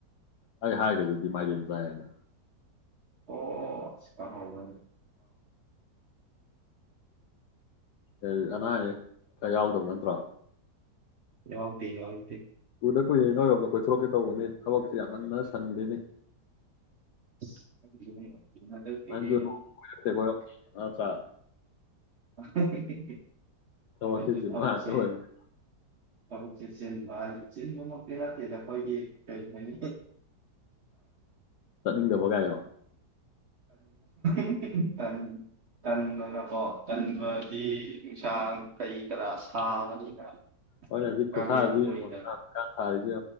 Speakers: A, on the left; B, on the right.
A: ꯑꯦ ꯍꯥꯏꯒꯦ ꯑꯗꯨꯗꯤ ꯃꯥꯒꯤꯦ ꯆꯅ
B: ꯑꯣ ꯀꯣ ꯑ ꯃꯅꯤ
A: ꯎ ꯑꯅꯥ ꯑꯌꯦꯛ ꯈꯌꯥ ꯌꯥꯎꯗꯕ ꯅꯠꯇ꯭ꯔꯣ
B: ꯌꯎꯗꯤꯦ ꯍꯎꯗꯤꯦ
A: ꯑꯗ ꯀꯨꯏꯦ ꯅꯣꯏꯔꯣꯝꯅ ꯀꯣꯏꯊꯣꯔꯛꯀꯦ ꯇꯧꯕꯅꯤ ꯊꯕꯛꯁꯦ ꯌꯥꯝꯃꯟꯅ ꯁꯟꯒꯦꯅꯤ
B: <inaudible> ꯍꯟꯗꯛꯀꯤꯗꯤ
A: ꯅꯪꯖꯆꯥ
B: <inaudible>
A: ꯊꯕꯛꯀꯤ
B: ꯑꯩꯁꯨ
A: ꯆꯤꯟꯕ
B: ꯐꯕꯛꯁꯦ
A: ꯉꯥꯛꯇ ꯑꯣꯏꯕꯅꯤ
B: ꯐꯕꯛꯁꯦ ꯆꯦꯟꯕꯜꯂꯤ ꯆꯤꯟꯕꯃꯛꯇꯤ ꯂꯇꯦꯗ ꯑꯩꯈꯣꯏꯒꯤ ꯀꯔꯤ ꯍꯥꯏꯅꯤ
A: ꯆꯠꯅꯤꯡꯗꯕꯒꯥꯏꯌꯣ
B: ꯑꯝ ꯇꯟ ꯇꯟꯅꯅꯄꯣ ꯀꯟꯕꯗꯤ ꯅꯨꯡꯁꯥꯡ ꯀꯩ ꯀꯔꯥ ꯁꯥꯕꯅꯤꯅ
A: ꯍ ꯍꯧꯖꯤꯛꯀ
B: ꯀꯥꯂꯦꯟ
A: ꯁꯥꯁꯤ
B: ꯑꯣꯏꯗꯅ
A: ꯌꯦꯡꯉꯣꯗ ꯀꯥꯟ ꯁꯥꯔꯤ